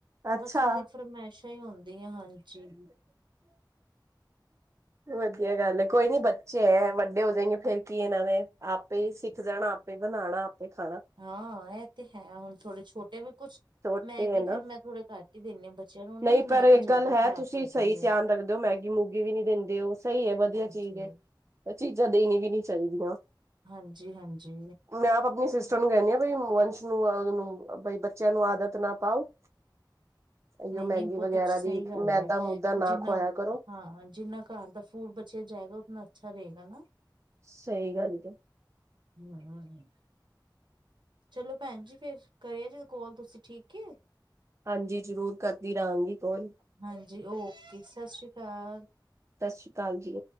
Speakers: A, on the right; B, on the right.
A: ਅੱਛਾ
B: ਬਸ ਉਹਨਾਂ ਦੀ ਫਰਮਾਇਸ਼ ਹੀ ਹੁੰਦੀ ਆ ਹਾਂਜੀ।
A: ਵਧੀਆ ਗੱਲ ਹੈ ਕੋਈ ਨੀ ਬੱਚੇ ਹੈ ਵੱਡੇ ਡੇ ਹੋ ਜਾਏਗੇ ਫੇਰ ਕੀ ਇਹਨਾਂ ਨੇ ਆਪੇ ਹੀ ਸਿੱਖ ਜਾਣਾ। ਆਪੇ ਬਣਾਣਾ ਆਪੇ ਖਾਣਾ
B: ਹਾਂ, ਇਹ ਤੇ ਹੈ ਹੁਣ ਥੋੜੇ ਛੋਟੇ ਵੀ ਕੁਛ
A: ਛੋਟੇ
B: ਮੈਗੀ
A: ਹੈ ਨਾ
B: ਫੇਰ ਮੈਂ ਥੋੜ੍ਹੇ ਕੱਟ ਹੀ ਦਿੰਦੀ ਹਾਂ ਬੱਚਿਆਂ ਨੂੰ
A: ਨਹੀਂ
B: ਨਾ
A: ਪਰ
B: ਮੈਗੀ
A: ਇੱਕ
B: ਜ਼ਿਆਦਾ
A: ਗੱਲ ਹੈ
B: ਖਰਾਬ
A: ਤੁਸੀਂ
B: ਕਰਦੀ
A: ਸਹੀ ਧਿਆਨ
B: ਏ
A: ਰੱਖਦੇ ਹੋ ਮੈਗੀ -ਮੂਗੀ ਵੀ ਨਹੀਂ ਦਿੰਦੇ ਉਹ ਸਹੀ ਹੈ ਵਧੀਆ
B: ਹਾਂਜੀ
A: ਚੀਜ਼ ਹੈ। ਚੀਜ਼ਾਂ ਦੇਣੀਆਂ ਵੀ ਨਹੀਂ ਚਾਹੀਦੀਆਂ।
B: ਹਾਂਜੀ- ਹਾਂਜੀ।
A: ਮੈਂ ਆਪਣੀ ਸਿਸਟਰ ਨੂੰ ਕਹਿਣੀ ਆਂ ਬਈ ਵੰਸ਼ ਨੂੰ ਉਹ ਨੂੰ ਬਈ ਬੱਚਿਆਂ ਨੂੰ ਆਦਤ ਨਾ ਪਾਓ। ਇਓ
B: ਨਹੀਂ
A: ਮੈਗੀ
B: -ਨਹੀਂ ਬਹੁਤ
A: ਵਗੈਰਾ
B: ਅ ਸਹੀ
A: ਦੀ
B: ਗੱਲ
A: ਮੈਦਾ
B: ਹੈ
A: ਮੂਦਾ ਨਾ
B: ਜਿੰਨਾ
A: ਖਵਾਇਆ ਕਰੋ
B: ਹਾਂ, ਜਿੰਨਾ ਘਰ ਦਾ ਫੂਲ ਬਚਿਆ ਜਾਏਗਾ ਉਤਨਾ ਅੱਛਾ ਰਹੇਗਾ ਨਾ।
A: ਸਹੀ ਗੱਲ ਹੈ।
B: ਹੂ- ਹੂ- ਹੂ ਚਲੋ ਭੈਣ ਜੀ ਫੇਰ ਕਰਿਆ ਜੇ ਕੋਲ ਤੁਸੀਂ ਠੀਕ ਏ।
A: ਹਾਂਜੀ ਜ਼ਰੂਰ ਕਰਦੀ ਰਹਾਂਗੀ ਕੋਲ।
B: ਹਾਂਜੀ ਓਕੇ, ਸਤਿ ਸ਼੍ਰੀ ਅਕਾਲ।
A: ਸਤਿ ਸ੍ਰੀ ਅਕਾਲ ਜੀ।